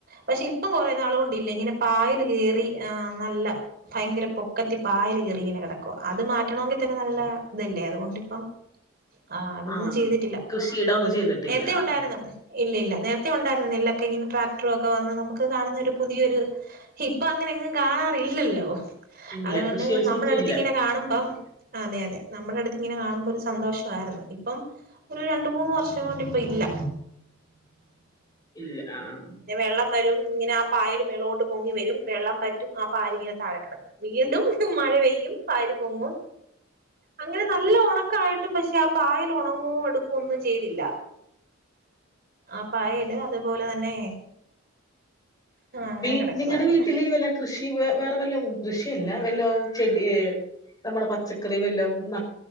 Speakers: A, on the right (about 45°); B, on the left (about 20°).
A: പക്ഷെ ഇപ്പം കൊറേ നാൾ കൊണ്ടില്ലേ ഇങ്ങനെ പായൽ കേറി ആഹ് നല്ല ഭയങ്കര പൊക്കത്തി പയലേ കേറി ഇങ്ങനെ കിടക്ക അത് മ റ്റണെങ്കിൽ തന്നെ നല്ല ഇതല്ലേ അതുകൊണ്ടിപ്പം ആ അതൊന്നും
B: ആഹ്
A: ചെയ്തിട്ടില്ല.
B: കൃഷിയിടം ഒന്നും ചെയ്തിട്ടില്ല
A: നേരത്തെ
B: ആഹ്
A: ഉണ്ടായിരുന്നു
B: ആഹ്
A: ഇല്ല ഇല്ല നേരത്തെ ഉണ്ടായിരുന്നു നെല്ല ഇങ്ങനെ ട്രാക്ടറ ഒക്കെ വന്ന നമുക്ക് കാണുന്ന ഒരു പുതിയൊരു ഇപ്പൊ അങ്ങനെങ്ങും കാണാറില്ലല്ലോ.
B: ഇല്ല
A: അതുകൊണ്ട്
B: കൃഷി ഒരു സ്ഥലത്തും
A: നമ്മുടെ അടുത്ത്
B: ഇല്ല
A: ഇങ്ങനെ കാണുപ്പം അതെ അതെ നമ്മുടെ അടുത്ത് ഇങ്ങനെ കാണുമ്പൊ ഒരു സന്തോഷവായിരുന്നു. ഇപ്പം ഒരു രണ്ട് മൂന്ന് വർഷം കൊണ്ട് ഇപ്പൊ ഇ ഇല്ല
B: ഇല്ല അഹ് ആഹ്
A: ഇങ്ങനെ വെള്ളം വരും ഇങ്ങനെ ആ പായല് മേളോട്ട് പൊങ്ങി വരും വെള്ളം പറ്റും ആ പായൽ ഇങ്ങനെ തായെ കിടക്കും വീണ്ടും മ മഴ പെയ്യും പായൽ പൊങ്ങും അങ്ങനെ നല്ല ഉണക്കായിട്ടും പക്ഷെ അ പായൽ ഉണങ്ങോ എടുക്കോ ഒന്നും ചെയ്തില്ല. ആ പായല് അതുപോലെ തന്നെ അങ്ങനെ
B: വീ
A: കിടക്കുവായിരുന്നു
B: നിങ്ങടെ വീട്ടില് വല്ല കൃഷി വേ വേറെ വല്ലൊ കൃഷിയല്ല വല്ലോ ചെടി നമ്മുടെ പച്ചക്കറി വല്ലൊ ന്ന